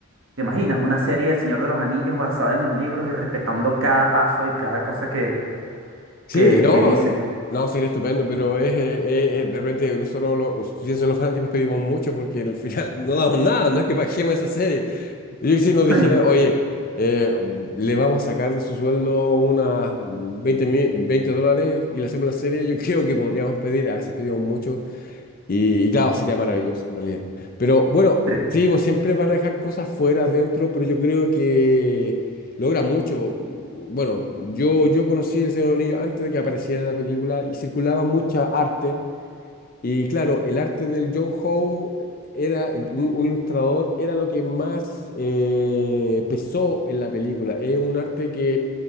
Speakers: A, on the right; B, on the left.
A: ¿te imaginas? Una serie del Señor de los Anillos basada en los libros y respetando cada paso y cada cosa que,
B: Sí,
A: que,
B: no,
A: que dicen.
B: no, sería estupendo, pero es, eh, eh, de repente nosotros los, si eso los fanáticos pedimos mucho porque al final <laughs> no damos nada, no es que bajemos esa serie. Yo que si nos
A: <laughs>
B: dijeran, oye, eh, le vamos a sacar de su sueldo unas veinte mil- 20 dólares y le hacemos la serie, yo <laughs> creo que podríamos pedir, a veces pedimos mucho y, y claro, sería maravilloso en realidad. Pero bueno,
A: Sí,
B: sí, pues siempre van a dejar cosas fuera, dentro, pero yo creo que logra mucho. Bueno, yo, yo conocí El Señor de los Anillos antes de que apareciera la película y circulaba mucha arte y claro, el arte del John Howe eh, era, el- un, un ilustrador, era lo que más eh, pesó en la película. Es un arte que,